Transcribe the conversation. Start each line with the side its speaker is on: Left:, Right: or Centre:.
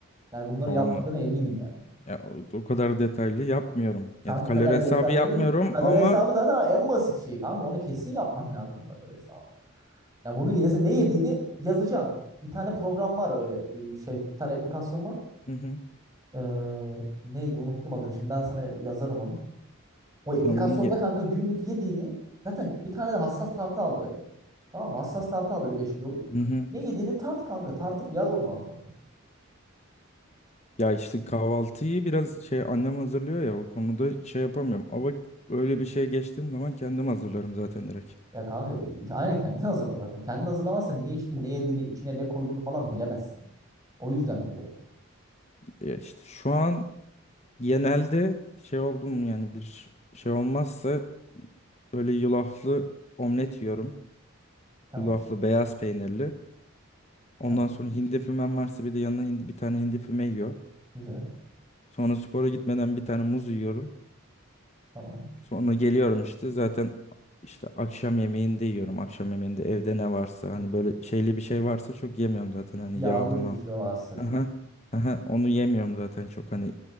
Right: Yani bunları
Left: Ya
Right: yapmadığına
Left: Onu
Right: eminim yani.
Left: ya o o kadar detaylı yapmıyorum.
Right: Kanka
Left: Yani kalori
Right: o kadar
Left: hesabı
Right: detaylı.
Left: yapmıyorum
Right: Kalori
Left: ama
Right: hesabı zaten en basit şeyi kanka. Onu kesin yapman lazım kalori hesabı. Yani bunu yine sen ne yediğini yazacaksın. Bir tane program var öyle e, şey, bir tane aplikasyon var.
Left: hı hı.
Right: Ee, neydi unuttum adını şimdi ben sana yazarım onu. O aplikasyonda
Left: Tamam ya.
Right: kanka günlük yediğini zaten bir tane de hassas tartı al böyle. Tamam mı? Hassas tartı al böyle 5 kiloluk.
Left: Hı hı.
Right: Ne yediğini tart kanka tartıp yaz ondan sonra.
Left: Ya işte kahvaltıyı biraz şey annem hazırlıyor ya o konuda şey yapamıyorum. Ama öyle bir şeye geçtiğim zaman kendim hazırlarım zaten direkt.
Right: Ya kanka aynen kendin hazırla zaten. Kendin hazırlamazsan ne içtiğini ne yediğini içine ne koyduğunu falan bilemezsin. O yüzden diyorum.
Left: Ya işte şu an Genelde şey oldum yani bir şey olmazsa böyle yulaflı omlet yiyorum.
Right: Tamam
Left: Yulaflı beyaz peynirli. Ondan
Right: tamam
Left: sonra hindi fümem varsa bir de yanına hindi- bir tane hindi füme yiyor.
Right: güzel
Left: Sonra spora gitmeden bir tane muz yiyorum.
Right: tamam.
Left: Sonra geliyorum işte zaten işte akşam yemeğinde yiyorum. Akşam yemeğinde evde ne varsa hani böyle şeyli bir şey varsa çok yemiyorum zaten hani
Right: Yağlı
Left: yağlı ma.
Right: bir şey varsa
Left: <laughs> Aha,
Right: diye.
Left: aha, onu yemiyorum zaten çok hani